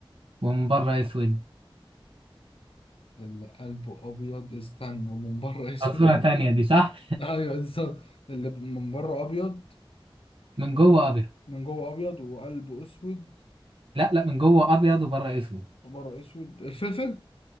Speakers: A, on the right (about 70°); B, on the left (about 75°).
A: ومن بره أسود
B: اللي قلبه أبيض استنى ومن بره أسود
A: فصورة تانية
B: <laughs>
A: دي صح
B: أيوه بالظبط اللي ب- من بره أبيض
A: من
B: وقلب-
A: جوه أبيض
B: من جوه أبيض وقلبه أسود
A: لا لا من جوه أبيض وبره أسود
B: وبره أسود الفلفل؟